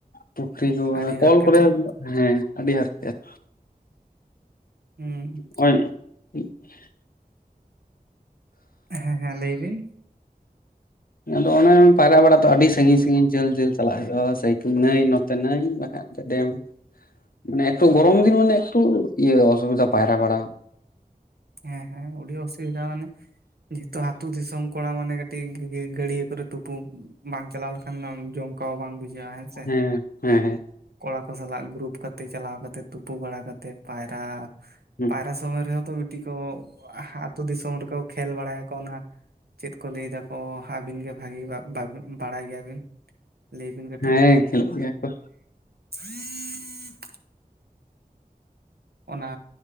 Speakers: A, on the left; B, on the right.
A: ᱯᱩᱠᱷᱨᱤ ᱠᱚ
B: ᱟᱹᱰᱤ
A: ᱠᱚᱞ
B: ᱦᱟᱨᱠᱮᱛᱚᱜ
A: ᱠᱚᱨᱮ
B: ᱠᱟᱱᱟ᱾
A: ᱦᱮᱸ ᱟᱹᱰᱤ ᱦᱟᱨᱠᱮᱛ
B: ᱦᱮᱸ
A: ᱱᱚᱜᱼᱚᱭ <unintelligible>
B: ᱦᱮᱸ ᱦᱮᱸ ᱞᱟᱹᱭ ᱵᱤᱱ
A: ᱟᱫᱚ ᱚᱱᱮ ᱯᱟᱭᱨᱟ ᱵᱟᱲᱟ ᱛᱚ ᱟᱹᱰᱤ ᱥᱟᱺᱜᱤᱧ ᱥᱟᱺᱜᱤᱧ ᱡᱷᱟᱹᱞ ᱡᱷᱟᱹᱞ ᱪᱟᱞᱟᱜ ᱦᱩᱭᱩᱜᱼᱟ ᱥᱮᱭ ᱱᱟᱹᱭ ᱱᱚᱛᱮ ᱱᱟᱹᱭ ᱵᱟᱠᱷᱟᱡ ᱫᱚ ᱰᱮᱢ ᱢᱟᱱᱮ ᱮᱛᱚ ᱜᱚᱨᱚᱢ ᱫᱤᱱ ᱢᱟᱱᱮ ᱮᱠᱴᱩ ᱤᱭᱟᱹ ᱚᱥᱩᱵᱤᱫᱟ ᱯᱟᱭᱨᱟ ᱵᱟᱲᱟ
B: ᱦᱮᱸ ᱦᱮᱸ ᱟᱹᱰᱤ ᱚᱥᱩᱵᱤᱫᱷᱟ ᱢᱟᱱᱮ ᱡᱮᱦᱮᱛᱩ ᱟᱛᱳ ᱫᱤᱥᱚᱢ ᱠᱚᱲᱟ ᱢᱟᱱᱮ ᱠᱟᱹᱴᱤᱡ ᱜᱟᱹᱰᱭᱟᱹ ᱠᱚᱨᱮ ᱛᱩᱯᱩ ᱵᱟᱝ ᱪᱟᱞᱟᱣ ᱞᱮᱠᱷᱟᱱ ᱟᱱ ᱡᱚᱢᱠᱟᱣᱟ ᱵᱟᱝ ᱵᱩᱡᱷᱟᱹᱜᱼᱟ ᱦᱮᱸᱥᱮ
A: ᱦᱮᱸ ᱦᱮᱸ ᱦᱮᱸ
B: ᱠᱚᱲᱟ ᱠᱚ ᱥᱟᱞᱟᱜ ᱜᱨᱩᱯ ᱠᱟᱛᱮᱫ ᱪᱟᱞᱟᱣ ᱠᱟᱛᱮ ᱛᱩᱯᱩ ᱵᱟᱲᱟ ᱠᱟᱛᱮᱫ ᱯᱟᱭᱨᱟ
A: ᱦᱮᱸ
B: ᱯᱟᱭᱨᱟ ᱥᱚᱢᱚᱭ ᱨᱮᱦᱚᱸ ᱛᱚ ᱢᱤᱫᱴᱤᱡ ᱠᱚ ᱟᱹᱛᱩ ᱫᱤᱥᱚᱢ ᱨᱮᱠᱚ ᱠᱷᱮᱞ ᱵᱟᱲᱟᱭᱟᱠᱚ ᱚᱱᱟ ᱪᱮᱫ ᱠᱚ ᱞᱟᱹᱭ ᱫᱟᱠᱚ ᱟᱹᱵᱤᱱ ᱜᱮ ᱵᱷᱟᱹᱜᱤ <unintelligible> ᱵᱟᱲᱟᱭ ᱜᱮᱭᱟᱵᱤᱱ ᱞᱟᱹᱭ ᱵᱤᱱ ᱠᱟᱹᱴᱤᱡ
A: ᱦᱮᱸ ᱠᱷᱮᱞᱳᱜ ᱜᱮᱭᱟ ᱠᱚ
B: <unintelligible> ᱚᱱᱟ